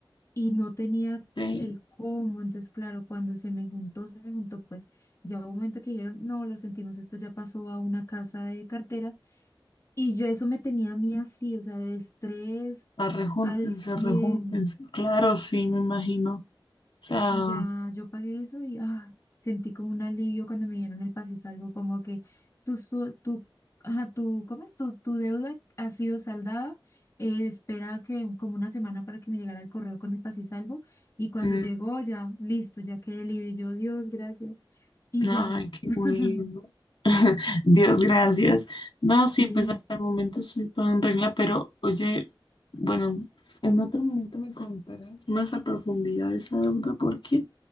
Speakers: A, on the left; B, on the left.
A: Y no tenía
B: Ok,
A: el cómo. Entonces, claro, cuando se me juntó, se me juntó, pues ya hubo un momento que dijeron, no, lo sentimos, esto ya pasó a una casa de cartera. Y yo eso me tenía a mí así, o sea, de estrés
B: Arrejúntense,
A: al 100.
B: arrejúntense. Claro, sí, me imagino. O sea,
A: Y ya yo pagué eso y ah, sentí como un alivio cuando me dieron el pase y salvo, como que tu, su- tu, ajá, tu, ¿cómo es? Tu, tu deuda ha sido saldada. eh, espera que como una semana para que me llegara el correo con el pase y salvo. Y cuando
B: mm,
A: llegó ya, listo, ya quedé libre. Y yo, Dios, gracias. Y ya,
B: ay, qué
A: <laughs>
B: bueno. <laughs> Dios, gracias. No, sí,
A: sí.
B: pues hasta el momento estoy todo en regla, pero oye, bueno, en otro momento me contarás más a profundidad esa duda porque